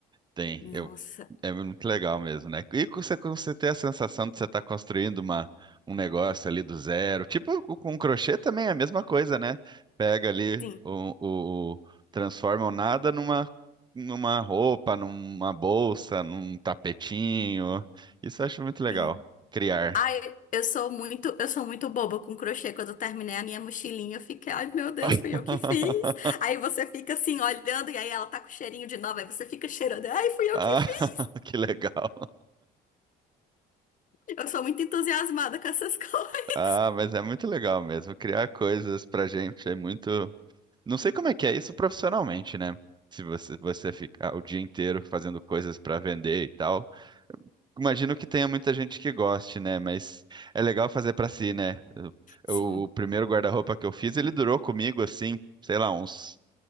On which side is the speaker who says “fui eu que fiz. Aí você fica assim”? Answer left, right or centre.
Left